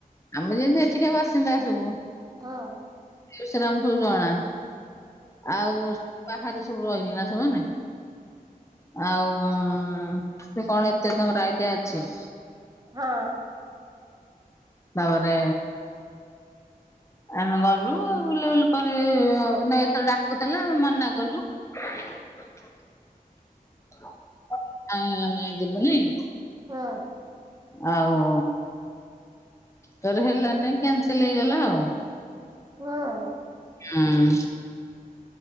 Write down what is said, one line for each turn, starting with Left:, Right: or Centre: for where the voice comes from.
Left: ଆମେ ଯେମିତି ଏଠିକି ଆ ଆସିଲେ ଆସିବୁ?
Right: ହଁ।
Left: ସେଗୁରା ଆମକୁ ସବୁ ଜଣା। ଆଉ ବାହାରେ ସବୁ ରହିଲେ ନା ସେମାନେ? ଆଉ ତ କଣ ଏତେ ତାଙ୍କର ଆଇଡିଆ ଅଛି।
Right: ହଁ।
Left: ତାପରେ ଆମେ ଗଲୁ ବୁଲାବୁଲି ପରେ ନାଇ ତ ଡାକୁଥିଲା ମନା କଲୁ ଅ ଆମେ ଯିବୁ ନାଇଁ।
Right: ହଁ।
Left: ଆଉ ତାର ହେଲା ନାଇ କ୍ୟାନସଲ ହେଇଗଲା ଆଉ
Right: ହଁ।
Left: ହୁଁ।